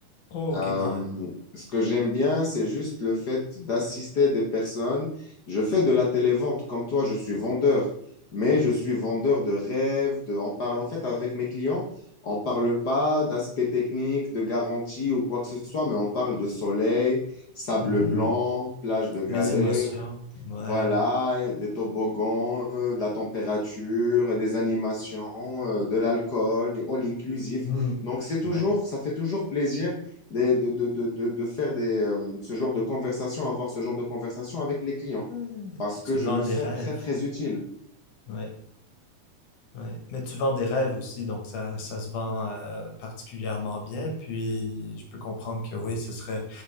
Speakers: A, on the left; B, on the left.
A: Oh, ok,
B: Euh,
A: quand même.
B: ce que j'aime bien, c'est juste le fait d'assister des personnes. Je fais de la télévente comme toi, je suis vendeur, mais
A: Hmm.
B: je suis vendeur de rêves, de... on parle en fait avec mes clients, on parle pas d'aspect technique, de garantie ou quoi que ce soit, mais on parle de soleil, sable
A: Mhm.
B: blanc, plage de galets,
A: Les émotions. Ouais,
B: voilà,
A: ouais.
B: des toboggans, euh, de la température, des animations, euh, de l'alcool, du all inclusif.
A: Mhm.
B: Donc c'est toujours,
A: Ouais.
B: ça fait toujours plaisir de, de, de, de, de- de faire des, euh, ce genre de conversation, avoir ce genre de conversation avec les clients,
A: Ouais.
B: parce que
A: Tu vends
B: je me
A: des
B: sens
A: rêves.
B: très très utile.
A: Ouais, ouais. Mais tu vends des rêves aussi, donc ça, ça se vend euh, particulièrement bien. Puis je peux comprendre que oui, ce serait